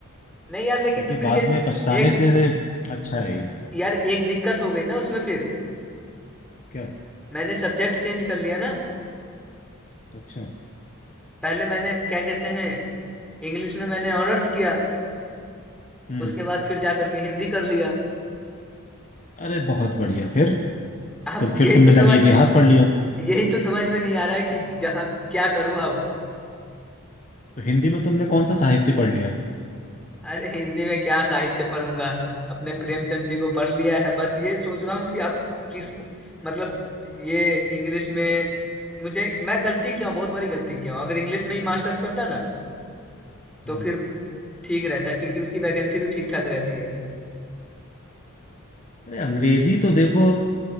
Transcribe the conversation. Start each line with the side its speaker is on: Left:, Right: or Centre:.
Centre: नहीं यार लेकिन
Left: क्योंकि
Centre: तो फिर
Left: बाद
Centre: ये
Left: में पछताने
Centre: एक
Left: से अच्छा है ये
Centre: यार एक दिक्कत हो गई ना उसमें फिर
Left: क्या
Centre: मैंने सब्जेक्ट चेंज कर लिया ना
Left: अच्छा
Centre: पहले मैंने क्या कहते हैं इंग्लिश में मैंने ऑनर्स किया
Left: हम्म
Centre: उसके बाद फिर जा करके हिंदी कर लिया
Left: अरे बहुत बढ़िया फिर
Centre: आप
Left: तो फिर
Centre: यही
Left: तुमने
Centre: तो
Left: जाके
Centre: समझ
Left: इतिहास पढ़ लिया
Centre: यही तो समझ में नहीं आ रहा है कि जा- क्या करूं अब
Left: तो हिंदी में तुमने कौन सा साहित्य पढ़ लिया
Centre: अरे हिंदी में क्या साहित्य पढ़ूंगा अपने प्रेमचंद जी को पढ़ लिया है बस ये सोच रहा हूँ कि आप किस मतलब ये इंग्लिश में मुझे मैं गलती किया हूं बहुत बड़ी गलती किया हूं अगर इंग्लिश में ही मास्टर्स करता ना तो
Left: हाँ
Centre: फिर ठीक रहता क्योंकि उसकी वैकेंसी भी ठीक ठाक रहती है
Left: अरे अंग्रेजी तो देखो